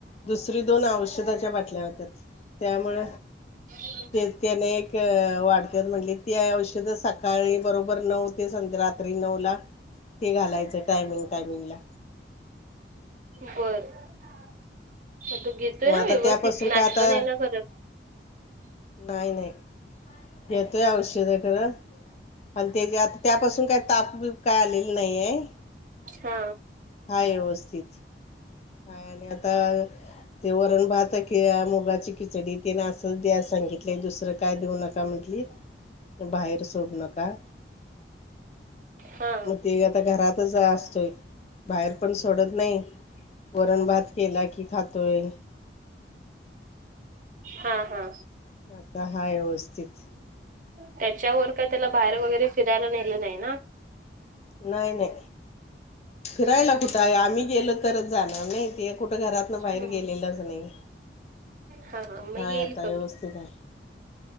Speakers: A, on the left; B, on the right.
A: दुसरी दोन औषधाच्या बाटल्या होत्या त्यामुळ
B: हॅलो
A: ते त्याने एक वाढत्यात म्हटली ती औषध सकाळी बरोबर नऊ रात्री नऊला ते घालायचं टायमिंग टायमिंग ला
B: बर <inaudible> घेतोय
A: मग
B: ना
A: आता
B: व्यवस्थित
A: त्यापासून
B: नाटकं
A: काय आता
B: नाही ना करत
A: नाही नाही घेतोय औषध खर आणि त्या आता त्यापासून काही ताप काय आलेलं नाहीय
B: हा
A: हाय व्यवस्थित हा आणि आता ते वरण भात आहे की मुगाची खिचडी तेन असं द्या सांगितलं दुसरं काय देऊ नका म्हंटली बाहेर सोडू नका
B: हा
A: मग ते आता घरातच अस तोय बाहेर पण सोडत नाही वरण भात केला की खातोय
B: हा हा
A: आता हाय व्यवस्थीत
B: त्याच्यावर काय त्याला बाहेर वगैरे फिरायला नेलं नाही ना
A: नाही नाही फिरायला कुठं आहे आम्ही गेलो तरच जाणार नाही ते कुठं घरातन बाहेर
B: हम्म
A: गेलेलंच नाही
B: हा हा मग
A: हाय
B: येईल
A: आता
B: कमी
A: व्यवस्थित आहे